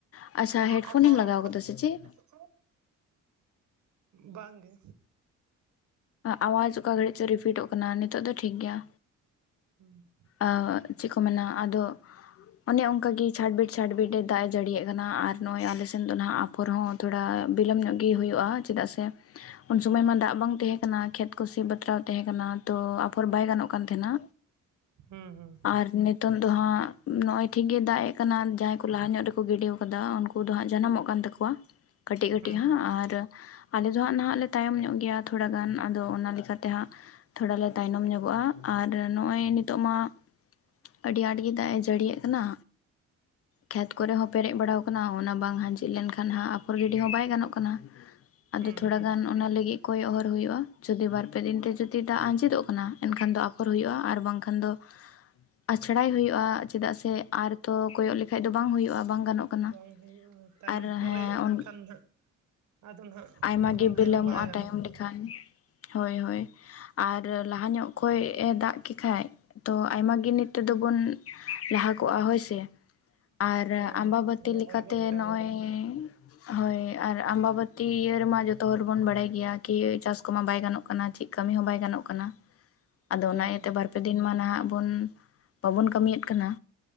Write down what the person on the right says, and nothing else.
ᱟᱪᱪᱷᱟ
ᱦᱮᱰᱯᱷᱳᱱ
ᱤᱭᱩᱥ
ᱫᱟ ᱥᱮ ᱪᱮᱫ? ᱵᱟᱝ ᱜᱮ᱾
ᱦᱩᱸ,
ᱦᱩᱸ ᱦᱩᱸ᱾
ᱦᱩᱸ
ᱦᱩᱸ
ᱦᱩᱸ
ᱵᱟᱝ ᱦᱩᱭᱩᱜᱼᱟ, ᱛᱟᱭᱱᱚᱢ
ᱯᱚᱨᱮ
ᱮᱱᱠᱷᱟᱱ ᱦᱟᱸᱜ! ᱟᱫᱚ ᱱᱷᱟᱜ,
ᱦᱚᱱᱛᱮ
ᱦᱚᱸ ᱵᱟᱭ ᱜᱟᱱᱚᱜ
ᱟᱸᱦᱟᱜ!
ᱦᱩᱸ
ᱨᱚᱦᱚᱭ
ᱜᱚᱫ ᱠᱮᱭᱟ
ᱵᱚᱱ
ᱦᱩᱸ